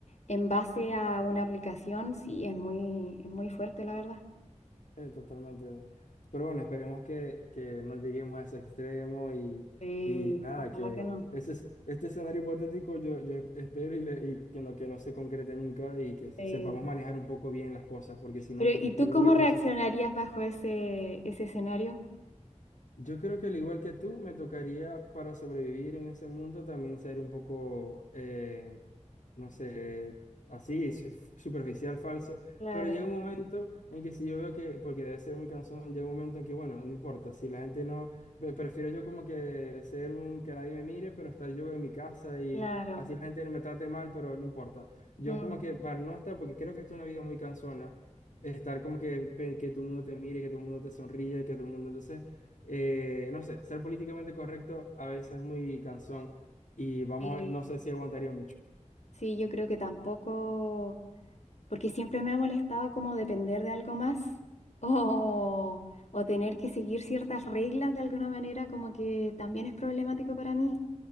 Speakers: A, on the left; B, on the left.
A: en base a una aplicación, sí, es muy, es muy fuerte, la verdad.
B: Eh, totalmente. Pero bueno, esperemos que, que no lleguemos a ese extremo y,
A: Sí,
B: y nada,
A: ojalá
B: que
A: que no.
B: ese, es- este escenario hipotético yo, yo espero y, le- y que, no, que no se concrete nunca y que sepamos
A: Sí.
B: manejar un poco bien las cosas, porque si no,
A: Pero, ¿y tú
B: yo
A: cómo
B: creo que todas
A: reaccionarías
B: esas
A: bajo ese, ese escenario?
B: Yo creo que al igual que tú, me tocaría para sobrevivir en ese mundo también ser un poco, eh, no sé, así, su- superficial, falso.
A: Claro,
B: Pero llega un momento en que si yo veo que, porque debe ser muy cansón, llega un momento en que, bueno, no importa, si la gente no, pre- prefiero yo como que ser un que nadie me mire, pero estar yo en mi casa y
A: claro.
B: así la gente me trate mal, pero no importa. Yo
A: Mm,
B: como que para no estar, porque creo que esto es una vida muy cansona, estar como que, pe- que todo el mundo te mire, que todo el mundo te sonríe, que todo el mundo, entonces eh, no sé, ser políticamente correcto a veces es muy cansón y vamos
A: sí,
B: a ver, no sé si aguantaría mucho,
A: sí, yo creo que tampoco, porque siempre me ha molestado como depender de algo más <laughs> o, o tener que seguir ciertas reglas de alguna manera, como que también es problemático para mí.